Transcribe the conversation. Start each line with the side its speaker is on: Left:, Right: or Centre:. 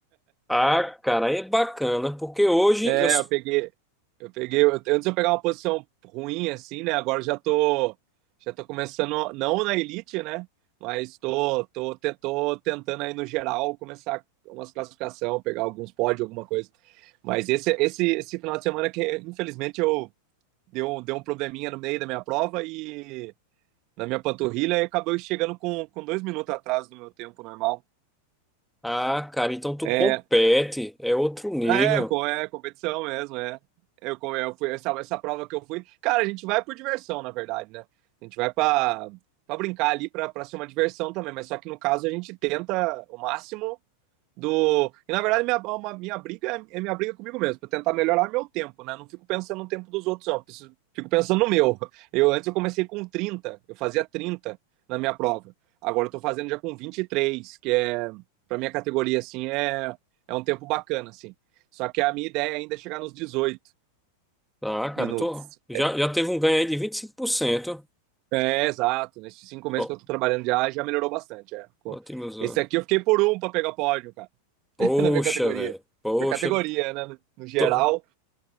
Centre: Ah, cara, aí é bacana, porque hoje
Right: É,
Centre: eu. s-
Right: eu peguei, eu peguei, eu- antes eu pegar uma posição ruim assim, né? Agora eu já tô, já tô começando, não na elite, né? Mas tô, tô, te- tô tentando aí no geral começar umas classificação, pegar alguns pódios, alguma coisa. Mas esse, esse, esse final de semana que infelizmente eu deu, deu um probleminha no meio da minha prova e na minha panturrilha e acabou chegando com, com dois minutos atrás do meu tempo normal.
Centre: Ah, cara, então tu
Right: É,
Centre: compete, é outro nível.
Right: é, co- é competição mesmo, é. Eu, co- eu fui, essa, essa prova que eu fui. Cara, a gente vai por diversão, na verdade, né? A gente vai pra, pra brincar ali, pra, pra ser uma diversão também, mas só que no caso a gente tenta o máximo do. E na verdade, minha, uma, minha briga é é minha briga comigo mesmo, para tentar melhorar meu tempo, né? Não fico pensando no tempo dos outros, não. preciso- Fico pensando no meu. Eu antes eu comecei com trinta eu fazia 30 na minha prova. Agora eu tô fazendo já com vinte e três que é para minha categoria assim é é um tempo bacana assim. Só que a minha ideia ainda é chegar nos dezoito
Centre: Ah,
Right: minutos.
Centre: cara, tu já, já teve um ganho aí de 25%.
Right: É, exato. Nesses cinco meses
Centre: Ó,
Right: que eu tô trabalhando já, já melhorou bastante. É.
Centre: Ótimos. ó.
Right: Esse aqui eu fiquei por um para pegar pódio, cara,
Centre: Poxa,
Right: <laughs> na minha categoria.
Centre: velho. Poxa,
Right: Por categoria, né? No geral,
Centre: tô-